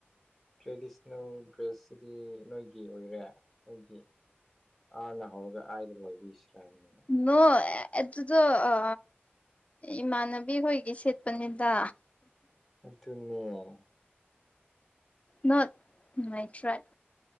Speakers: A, in the centre; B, on the left.
A: ꯇ꯭ꯔꯦꯗꯤꯁꯅꯦꯜ ꯗ꯭ꯔꯦꯁꯁꯤꯗꯤ ꯅꯣꯏꯒꯤ ꯑꯣꯏꯔꯦ ꯍꯥꯏꯗꯤ ꯑꯥꯅ ꯍꯧꯔꯒ ꯑꯩꯥꯏꯗ ꯂꯣꯏꯕꯤꯁꯤ꯭ꯔꯥꯕꯅꯤꯅ
B: ꯅ ꯑꯦꯗꯨꯗꯣ ꯑ ꯏꯃꯥꯟꯅꯕꯤ ꯍꯣꯏꯒꯤ ꯁꯦꯠꯄꯅꯤꯗ
A: ꯑꯗꯨ ꯑꯗꯨꯅꯦ
B: ꯅꯣꯠꯥꯏ ꯇ꯭ꯔꯥꯏꯠ